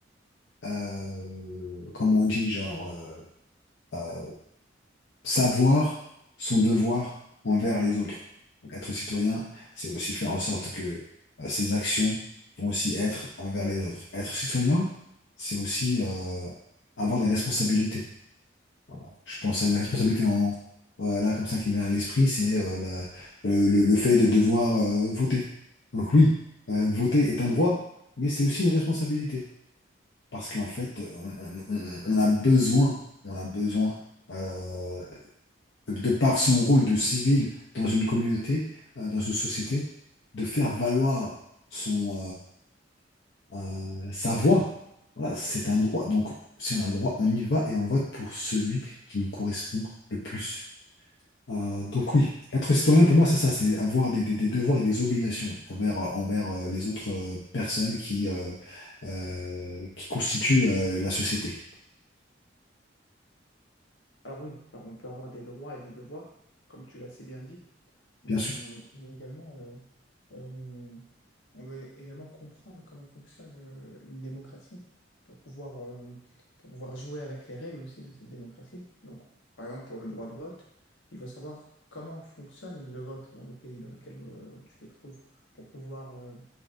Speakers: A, on the left (about 65°); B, on the left (about 85°).
A: euh, comme on dit, genre, euh, euh, savoir son devoir envers les autres. Être citoyen, c'est aussi faire en sorte que euh, ses actions vont aussi être envers les autres. Être citoyen, c'est aussi euh, avoir des responsabilités. Voilà. Je pense à une responsabilité en euh, là comme ça qui me vient à l'esprit, c'est euh, la- le, le- le fait de devoir euh, voter. Donc oui, euh, voter est un droit, mais c'est aussi une responsabilité. Parce qu'en fait, on, on- on- on a besoin, on a besoin, euh, de, de par son rôle de civil dans une communauté, euh, dans une société, de faire valoir son, euh, euh, sa voix. Voilà, c'est un droit. Donc, si on a le droit, on y va et on vote pour celui qui nous correspond le plus. Euh, donc oui, être citoyen pour moi, c'est ça, c'est avoir des, des- des devoirs et des obligations envers, euh, envers euh, les autres euh, personnes qui, euh, euh, qui constituent euh, la société.
B: Alors oui, alors on peut avoir des droits et des devoirs, comme tu l'as si bien dit. On,
A: Bien sûr.
B: on est également, euh, euh, on doit également comprendre comment fonctionne euh, une démocratie pour pouvoir, euh, pour pouvoir jouer avec les règles aussi de cette démocratie. Donc, par exemple, pour le droit de vote, il faut savoir comment fonctionne le vote dans le pays dans lequel euh, tu te trouves pour pouvoir euh,